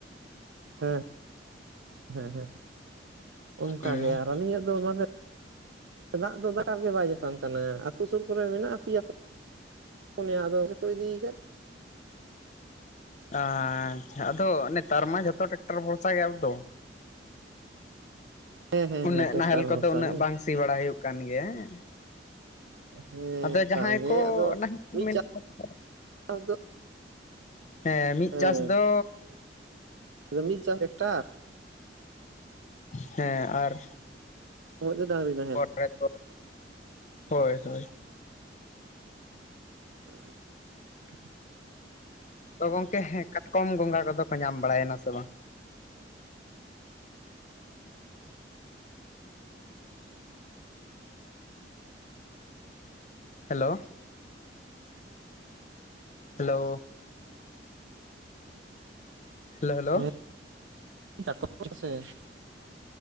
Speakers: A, on the right; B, on the left.
A: ᱦᱮᱸ ᱦᱮᱸ ᱦᱮᱸ ᱚᱝᱠᱟ
B: ᱦᱩᱸ
A: ᱜᱮ ᱟᱨ ᱟᱹᱞᱤᱧᱟᱜ ᱫᱚ ᱢᱟᱱᱮᱼᱼ ᱫᱟᱜ ᱫᱚ ᱜᱟᱰᱟᱨ ᱜᱮ ᱵᱟᱭ ᱧᱟᱯᱟᱢ ᱠᱟᱱᱟ, ᱟᱹᱛᱩ ᱥᱩᱨ ᱠᱚᱨᱮ ᱢᱮᱱᱟᱜ ᱯᱮᱭᱟᱼᱼ ᱯᱳᱱᱭᱟ ᱫᱚ ᱚᱠᱚᱭ ᱪᱚᱠᱚ ᱤᱫᱤᱭ ᱠᱟᱫ?
B: ᱟ ᱟᱪᱪᱷᱟ ᱟᱫᱚ ᱱᱮᱛᱟᱨ ᱢᱟ ᱡᱷᱚᱛᱚ ᱴᱨᱟᱠᱴᱟᱨ ᱵᱷᱚᱨᱥᱟ ᱜᱮ ᱟᱵᱚ ᱫᱚ ᱾
A: ᱦᱮᱸ ᱦᱮᱸ
B: ᱩᱱᱟᱹᱜ
A: ᱦᱮᱸ ᱴᱮᱠᱴᱟᱨ
B: ᱱᱟᱦᱮᱞ ᱠᱚᱫᱚ
A: ᱵᱷᱚᱨᱥᱟ
B: ᱩᱱᱟᱹᱜ
A: ᱜᱮ
B: ᱵᱟᱝ ᱥᱤ ᱵᱟᱲᱟ ᱦᱩᱭᱩᱜ ᱠᱟᱱ ᱜᱮᱭᱟ ᱦᱮᱸ ᱾
A: ᱦᱮᱸ
B: ᱟᱫᱚ ᱡᱟᱦᱟᱸᱭ
A: ᱵᱟᱝᱜᱮ
B: ᱠᱚ
A: ᱟᱫᱚ
B: ᱱᱟᱦᱮᱞ
A: ᱢᱤᱫ ᱪᱟᱥ
B: ᱠᱚ <unintelligible>
A: ᱫᱚ
B: ᱦᱮᱸ ᱢᱤᱫ
A: ᱦᱮᱸ
B: ᱪᱟᱥ ᱫᱚᱼᱼ
A: ᱟᱫᱚ ᱢᱤᱫ ᱪᱟᱥ ᱴᱮᱠᱴᱟᱨᱼᱼ
B: ᱦᱮᱸ ᱟᱨ
A: ᱥᱚᱢᱚᱭ ᱫᱚ ᱰᱟᱝᱨᱤ
B: <unintelligible>
A: ᱱᱟᱦᱮᱞ
B: ᱦᱳᱭ ᱦᱳᱭ᱾
A: <inaudible>
B: ᱛᱚ ᱜᱚᱝᱠᱮ ᱠᱟᱴᱠᱚᱢ ᱜᱚᱸᱜᱟ ᱠᱚᱫᱚ ᱠᱚ ᱧᱟᱢ ᱵᱟᱲᱟᱭᱮᱱᱟ ᱥᱮ ᱵᱟᱝ? ᱦᱮᱞᱳ ᱦᱮᱞᱳ ᱦᱮᱞᱳ ᱦᱮᱞᱳ
A: ᱦᱮᱸ <inaudible>